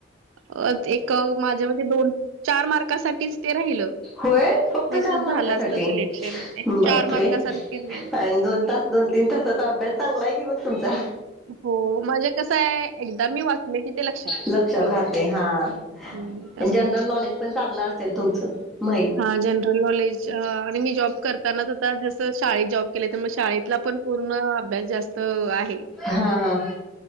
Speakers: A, on the right; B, in the centre.
A: म एक माझ्या मते दोन चार मार्कासाठीच ते राहिलं.
B: होय फक्त
A: नाहीतर
B: चार मारकांसाठी
A: झालं असतं सिलेक्शन. एक
B: बापरे
A: मार्कासाठीच गेलं.
B: आणि दोन तास. दोन तीन तासचा अभ्यास चांगला आहे की मग तुमचा.
A: हो, म्हणजे कसं आहे एकदा मी वाचले की ते
B: लक्षात
A: ठेवते.
B: राहते हां आणि
A: हं, त्यामुळं
B: जनरल नॉलेज पण चांगलं असेल तुमचं? माहित
A: हा जनरल नॉलेज आणि मी जॉब करतानाच आता जस शाळेत जॉब केलं तर मग शाळेतला पण पूर्ण अभ्यास जास्त आहे.
B: हा हां